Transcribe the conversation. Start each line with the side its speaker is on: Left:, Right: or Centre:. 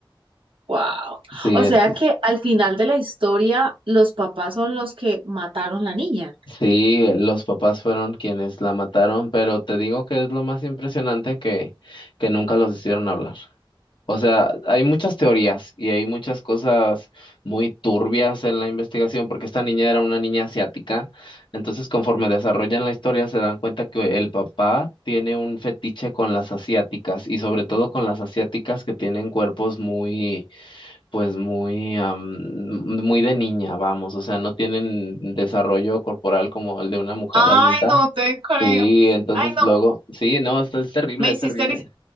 Right: Wow.
Left: Sí,
Right: O
Left: entonces,
Right: sea que al final de la historia, los papás son los que mataron la niña.
Left: sí, los papás fueron quienes la mataron, pero te digo que es lo más impresionante que, que nunca los hicieron hablar. O sea, hay muchas teorías y hay muchas cosas muy turbias en la investigación porque esta niña era una niña asiática. Entonces, conforme desarrollan la historia, se dan cuenta que el papá tiene un fetiche con las asiáticas y sobre todo con las asiáticas que tienen cuerpos muy, pues muy, am, muy de niña, vamos. O sea, no tienen desarrollo corporal como el de una mujer
Right: Ay,
Left: adulta.
Right: no te creo.
Left: Sí, entonces
Right: Ay, no,
Left: luego, sí, no, esto es terrible,
Right: me hiciste
Left: es terrible.
Right: eriz-